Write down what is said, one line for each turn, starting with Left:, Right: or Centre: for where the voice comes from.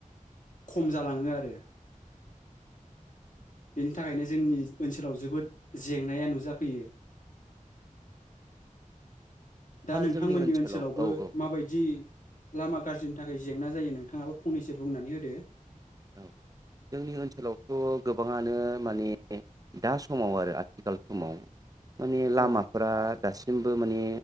Left: खम जालाङो आरो बेनि थाखायनो जोंनि ओनसोलाव जोबोद जेंनाया नुजाफैयो दा नोंथांमोननि
Right: जोंनि ओनसोलाव
Left: ओनसोलावबो
Right: औ औ
Left: माबायदि लामा गाज्रिनि थाखाय जेंना जायो नोंथाङाबो फंनैसो बुंनानै होदो
Right: औ जोंनि ओनसोलावथ' गोबाङानो माने दा समाव आरो आथिखाल समाव माने लामाफोरा
Left: औ
Right: दासिमबो माने